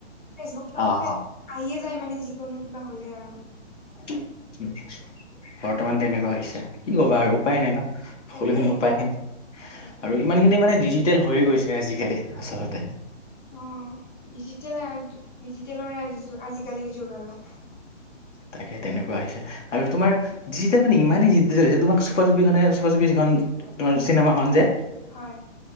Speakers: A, on the left; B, on the left.
A: ফেচবুকতো
B: অ
A: ফে,
B: অ
A: আহিয়ে যায় মানে যিকোনো কিবা হ'লে আৰু।
B: বৰ্তমান তেনেকুৱা হৈছে। কি ক'বা
A: উম
B: আৰু উপায় নাই না।
A: তাকেই
B: সকলোখিনি উপায়হীন।
A: তাকেই
B: আৰু ইমানখিনি মানে ডিজি- টেল হৈয়ে গৈছে আজিকালি আচলতে।
A: অ', ডিজিটেলে ডিজিটেলৰে আজি, আজিকালিৰ যুগ আৰু।
B: তাকে তেনেকুৱা হৈছে। আৰু তোমাৰ যি তে মানে ইমানেই জিদ্দি হৈছে, তোমাক চুপা-চুপিখনে, চুপা-চুপি যিখন- তোমাৰ চিনেমাখন যে-
A: হয়।